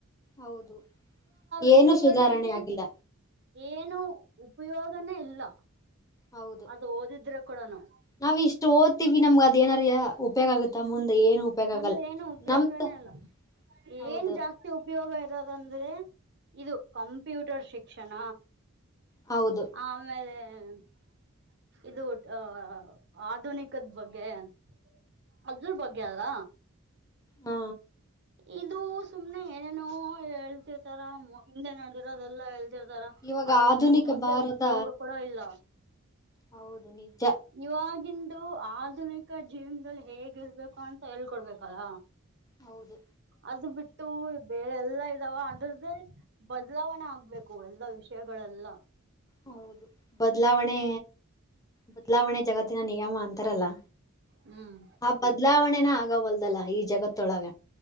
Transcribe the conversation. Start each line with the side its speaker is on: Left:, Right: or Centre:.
Left: ಹೌದು <inaudible>
Right: ವಿಷಯಗಳ
Left: ಏನು ಸುಧಾರಣೆ
Right: ಬಗ್ಗೆ
Left: ಆಗಿಲ್ಲ.
Right: ಏನು ಉಪಯೋಗನೇ ಇಲ್ಲ <inaudible>
Left: ಹೌದು
Right: ಅದು ಓದಿದ್ರೆ ಕೂಡಾನು.
Left: ನಾವ್ ಇಷ್ಟು ಓದ್ತೀವಿ ನಮ್ಗ ಅದೇನ್ರ್ಯ. ಉ ಉಪಯೋಗ ಆಗುತ್ತಾ ಮುಂದೆ ಏನು ಉಪಯೋಗ
Right: ಮುಂದೆ
Left: ಆಗಲ್ಲ
Right: ಏನು ಉಪಯೋಗನೇ
Left: ನಮ್ದ
Right: ಇಲ್ಲ
Left: <inaudible> ಹೌದು
Right: ಏನ್ ಜಾಸ್ತಿ ಉಪಯೋಗ ಇರೋದಂದ್ರೆ <inaudible> ಇದು ಕಂಪ್ಯೂಟರ್ ಶಿಕ್ಷಣ.
Left: ಹೌದು.
Right: ಆಮೇಲೆ <inaudible> ಇದು ಅ ಆಧುನಿಕದ ಬಗ್ಗೆ. <inaudible> ಅದರ್ ಬಗ್ಗೆ ಅಲ್ಲ.
Left: ಹು
Right: ಇದು ಸುಮ್ನೆ ಏನೇನು ಹೇಳ್ತಿರ್ತಾರ ಮುಂದೆ ನಡೆದಿರೋದೆಲ್ಲ ಹೇಳ್ತಿರ್ತಾರ.
Left: ಇವಾಗ
Right: ಅದೇನು
Left: ಆಧುನಿಕ
Right: ಮುಂದೆ
Left: ಭಾರತ
Right: ಉಪಯೋಗ ಕೂಡ ಇಲ್ಲ.
Left: ಹೌದು ನಿಜ.
Right: ಇವಾಗಿಂದು ಆಧುನಿಕ ಜೀವನದಲ್ಲಿ ಹೇಗಿರಬೇಕು ಅಂತ ಹೇಳಿಕೊಡಬೇಕಲ್ಲ.
Left: ಹೌದು.
Right: ಅದ್ ಬಿಟ್ಟು ಬೇರೆ ಎಲ್ಲಾ ಇದಾವ ಅಂದ್ರದ್ದೆ. ಬದಲಾವಣೆ ಆಗ್ಬೇಕು ಎಲ್ಲಾ ವಿಷಯಗಳೆಲ್ಲ.
Left: ಹೌದು ಬದ್ಲಾವಣೆ ಬದ್ಲಾವಣೆ ಜಗತ್ತಿನ ನಿಯಮ ಅಂತಾರಲ್ಲ.
Right: ಹ್ಮ್.
Left: ಆ ಬದ್ಲಾವಣೆನ ಆಗವಲ್ದಲ್ಲಾ ಈ ಜಗತ್ತೊಳಗ.